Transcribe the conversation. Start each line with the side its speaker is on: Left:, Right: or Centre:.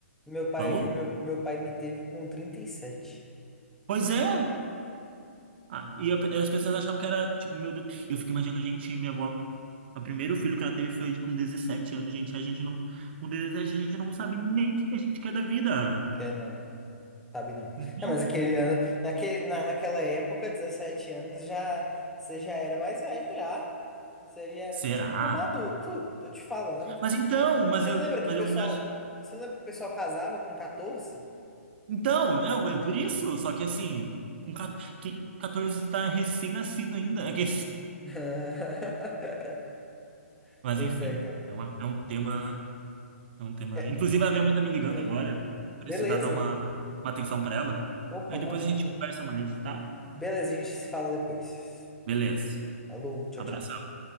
Centre: meu pai,
Right: Vamos?
Centre: meu, meu pai me teve com 37?
Right: Pois é, Ah,
Centre: Hum.
Right: e eu- as pessoas achavam que era, tipo, meu Deus. Eu fico imaginando a gente, minha avó, o primeiro filho que ela teve foi com 17 anos, gente. A gente não, com 17 a gente não sabe nem o que a gente quer da vida.
Centre: Quer não? Sabe não.
Right: Então,
Centre: É, mas aquele ano, naque- na, naquela época, 17 anos, já você já era mais velho já. Você já era
Right: será?
Centre: tido como adulto, tô te falando.
Right: Mas então, mas
Centre: Você
Right: eu,
Centre: não lembra que
Right: mas
Centre: o
Right: eu
Centre: pessoal,
Right: ainda acho.
Centre: você não lembra que o pessoal casava com 14?
Right: Então, é, é por isso. Só que assim, com ca- que- 14 você tá recém-nascido ainda. É que-
Centre: <laughs>
Right: Mas
Centre: Pois
Right: enfim,
Centre: é, cara.
Right: é, uma, é um tema, é um tema.
Centre: É.
Right: Inclusive, a minha mãe tá me ligando
Centre: é.
Right: agora. Precisar
Centre: Beleza.
Right: dar uma, uma atenção pra ela.
Centre: Opa,
Right: Aí depois
Centre: não, tranquilo.
Right: a gente conversa mais, tá?
Centre: Beleza, a gente se fala depois.
Right: Beleza.
Centre: Falou, tchau,
Right: Abração.
Centre: tchau.